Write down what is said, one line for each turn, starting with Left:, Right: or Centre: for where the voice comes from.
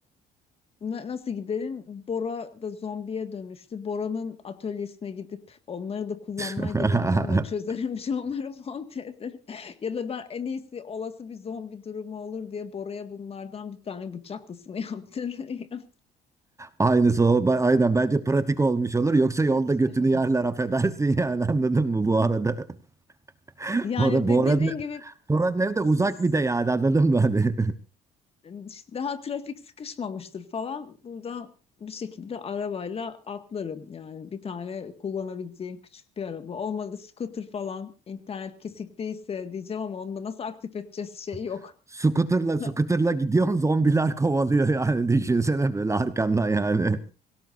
Left: na- nasıl giderim? Bora da zombiye dönüştü. Bora'nın atölyesine gidip onları da kullanmayı
Right: <laughs>
Left: da bilmiyorum ama çözerim <laughs> bir şey onları <laughs> monte ederim. Ya da ben en iyisi olası bir zombi durumu olur diye Bora'ya bunlardan bir tane bıçaklısını <laughs> yaptırırım.
Right: Aynısı o. Ba- Aynen bence pratik olmuş olur. Yoksa yolda
Left: <laughs>
Right: götünü yerler affedersin <laughs> yani anladın mı bu arada? <laughs>
Left: Yani
Right: Orada
Left: de,
Right: Bora'nın
Left: dediğin gibi
Right: Bora'nın evi de
Left: s-
Right: uzak bir de yani anladın mı hani?
Left: e, daha trafik sıkışmamıştır falan. Buradan bir şekilde arabayla atlarım. Yani bir tane kullanabileceğim küçük bir araba. Olmadı scooter falan. internet kesik değilse diyeceğim ama onu da nasıl aktif edeceğiz şey yok.
Right: <laughs> Scooter'la
Left: <laughs>
Right: scooter'la gidiyorsun zombiler kovalıyor yani <laughs> düşünsene böyle arkandan yani.